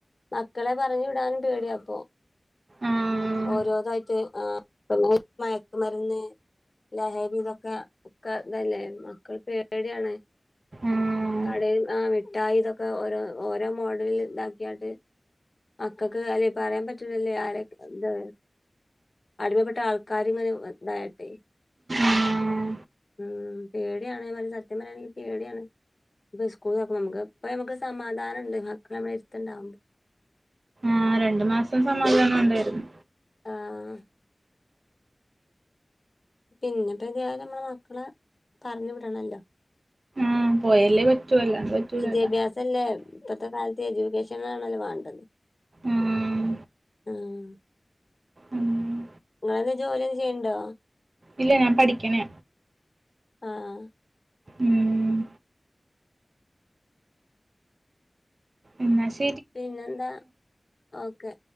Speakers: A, on the left; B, on the right.
A: മക്കളെ പറഞ്ഞു വിടാനും പേടിയ പ്പൊ.
B: ആഹ്
A: ഓരോതായിട്ട് ആ പ്പൊമ മയക്ക്മര്ന്ന് ലഹരി തൊക്കെ ഒക്കെ തല്ലേ മക്കൾ പേടിആണ്.
B: ആഹ്
A: കടയിൽ ആഹ് മിട്ടായി ഇതൊക്കെ ഓരോ ഓരോ മോഡല് ഇതാക്കിഇട്ട് മക്കക്ക് അല്ലെ പറയാൻ പറ്റൂല്ലല്ലേ ആരൊ എന്താ അടിമപ്പെട്ട ആൾക്കാര് ഇങ്ങനെ ഇതായിട്ടെ
B: ആഹ്
A: ഉം പേടിയാണ് സത്യം പറയാണെങ്കിൽ പേടിയാണ് ഇപ്പ സ്കൂള് തൊറക്കുമ്പൊ നമുക്ക് ഇപ്പ നമുക്ക് സമാധാനണ്ട് മക്കൾ നമ്മളെ അടുത്തുണ്ടാവുമ്പൊ
B: ആഹ്‌ രണ്ടു മാസം സമാദാനം ഉണ്ടായിരുന്നു
A: ആഹ്‌ പിന്നെപ്പൊ ഏതായാലും നമ്മളെ മക്കളെ പറഞ്ഞു വിടണല്ലൊ
B: ഉം പോയല്ലേ പറ്റൂ അല്ലാണ്ട് പറ്റൂലല്ലോ
A: വിദ്യാഭ്യാസല്ലേ ഇപ്പത്തെ കാലത്ത് എജ്യൂക്കേഷൻ ആണല്ലോ വേണ്ടത്
B: ആഹ്
A: ആഹ്
B: ഉം
A: നിങ്ങെളെന്തേലും ജോലിയും ചെയ്യുണ്ടോ
B: ഇല്ല ഞാൻ പഠിക്കണ്
A: ആഹ്‌
B: ഉം എന്നാ ശെ <unintelligible>
A: പിന്നെന്താ ഓക്കേ